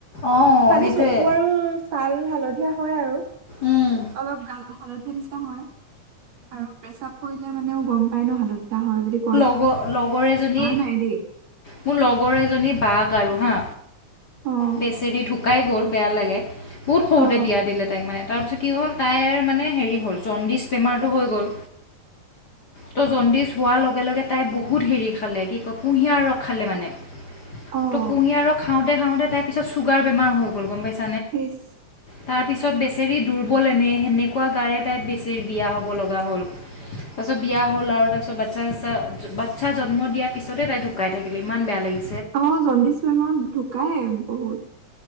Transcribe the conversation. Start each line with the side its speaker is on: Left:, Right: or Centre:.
Left: অঁ
Right: খালি
Left: সেইটোৱে
Right: চকু আৰু ছাল হাল দিয়া হয় আৰু।
Left: উম,
Right: অলপ কান <unintelligible> হেৰি নিছিনা হয়। আৰু প্ৰেচাপ কৰিলে মানেও গম পাই ন হিহত ধা হয় বুলি কয়।
Left: লগ লগৰ এজনী
Right: নাই দেই।
Left: মোৰ লগৰ এজনী বাঘ কাৰোঁ হা।
Right: অ',
Left: বেচেৰি ধু ঢুকাই গ'ল বেয়া লাগে। বহুত সৰুতে
Right: অ',
Left: বিয়া দিলে তাইক মানে। তাপিছত কি হ'ল তাইৰ মানে হেৰি হ'ল জণ্ডিচ বেমাৰটো হৈ গ'ল। ত' জণ্ডিছ। হোৱাৰ লগে লগে তাই বহুত হেৰি খালে, কি কয় কুঁহিয়াৰ ৰস খালে মানে।
Right: অ',
Left: টো কুঁহিয়াৰ খাওঁতে খাওঁতে তাৰ পিছত চুগাৰ বমাৰ হৈ গ'ল গম পাইছে
Right: হিছ
Left: তাৰপিছত, বেচেৰি দুৰ্বল এনে, সেনেকুৱা গাৰে তাই বেচেৰি বিয়া হ'ব লগা হ'ল। তাৰপিছত বিয়া হ'ল আৰু তাৰপিছত <unintelligible> বাচ্ছা জন্ম দিয়াৰ পিছতে তাই ঢুকাই থাকিলে। ইমান বেয়া লাগিল!
Right: অ'! জণ্ডিচ বেমাৰত ঢুকাই। বহুত!